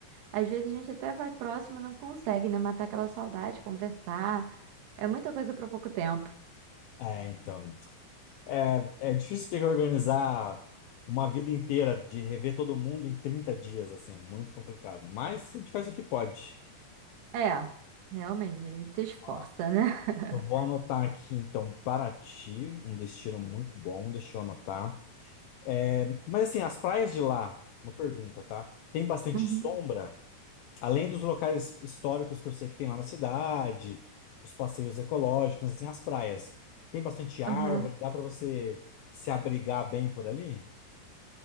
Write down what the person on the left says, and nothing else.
é, então. É, é difícil ter que organizar uma vida inteira de rever todo mundo em 30 dias, assim, é muito complicado. Mas a gente faz o que pode.
Ó,
eu vou anotar aqui, então, Paraty, um destino muito bom, deixa eu anotar. É, mas assim, as praias de lá, uma pergunta, tá? Tem bastante
sombra? Além dos locais históricos que eu sei que tem lá na cidade, os passeios ecológicos, tem as praias. Tem bastante árvore,
dá para você se abrigar bem por ali?